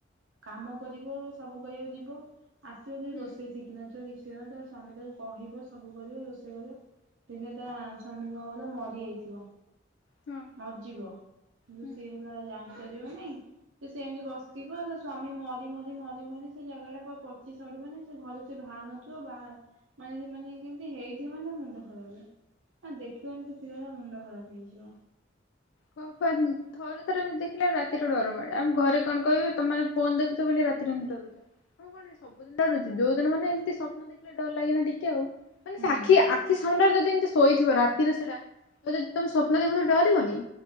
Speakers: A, on the right; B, on the left.
A: କାମ କରିବ ସବୁ କରିବାକୁ ଯିବ ଆସିବ କିଛି
B: ହୁଁ
A: ରୋଷେଇ ଶିଖିବ କି ନଥିବ କିଛି ହେଇ ନଥିବ ତା ସ୍ଵାମୀ ତାକୁ କହିବ ସବୁ କରିବ ରୋଷେଇ କରିବ ଦିନେ ତା ସ୍ୱାମୀ କଣ ହେଲା ମରିଯାଇଥିବ।
B: ହଁ
A: ବାଜିବ କିନ୍ତୁ
B: ହୁଁ।
A: ସିଏ ହେଲା ଜାଣିପାରିବନି। ତ ସେ ଏମିତି ବସିଥିବ ତା ସ୍ଵାମୀ ମରି ମରି ମରି ମରି ସେ ଜାଗା ଟା ପ ପଚି ସଡିବନି ସେ ଘରୁ ସେ ବାହାର ନଥିବ ବା ମାନେ ମାନେ କେମତି ହେଇଥିବ ମାନେ ତା ମୁଣ୍ଡ ଖରାପ। ଆ ଦେଖିବନି କେତେ ଜାଗା ମୁଣ୍ଡ ଖରାପ ହେଇଯିବ।
B: <unintelligible> ଥର ଥରେ ଦେଖିଲା ରାତିରେ ଡର ମାଡେ। ଆମ ଘରେ କଣ କହିବେ ତମେ ମାନେ ଫୋନ୍ ଦେଖୁଚ ବୋଲି ରାତିରେ ଏମିତି ଡରୁଛ। ମୁଁ କଣ ସବୁଦିନ ଡରୁଛି ଯଉ ଦିନ ମାନେ ଏମିତି ସପନ ଡର ଲାଗେନା ଟିକେ ଆଉ। ମାନେ
A: ହୁଁ
B: ସେ ଆଖି ଆଖି ସାମ୍ନାରେ ଯଦି ଏମିତି ଶୋଇଥିବ ରାତି ସେଟା ତ ଯଦି ତମେ ସ୍ୱପ୍ନ ଦେଖୁ ଥିବ ଡିରିବନି।